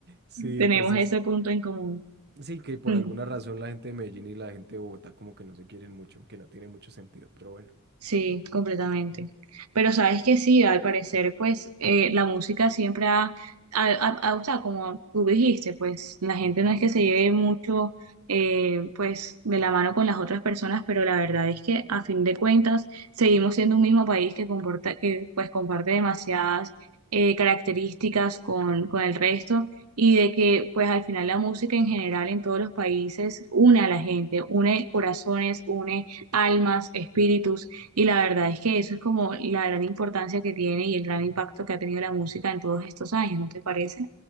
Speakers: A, on the right; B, on the right.
A: Sí,
B: Tenemos
A: entonces
B: ese punto en común.
A: Sí, que por
B: <laughs>
A: alguna razón la gente de Medellín y la gente de Bogotá como que no se quieren mucho, que no tiene mucho sentido, pero bueno.
B: Sí, completamente. Pero sabes que sí, al parecer, pues eh, la música siempre ha, ha- ha- ha- o sea, como tú dijiste, pues la gente
A: Ujú.
B: no es que se lleve mucho, eh, pues de la mano con las otras personas, pero la verdad es que a fin de cuentas seguimos siendo un mismo país que comporta, que pues comparte demasiadas eh, características con, con el resto y de que pues al final la música en general en todos los países une a la gente, une corazones, une almas, espíritus. Y la verdad es que eso es como la gran importancia que tiene y el gran impacto que ha tenido la música en todos estos años, ¿no te parece?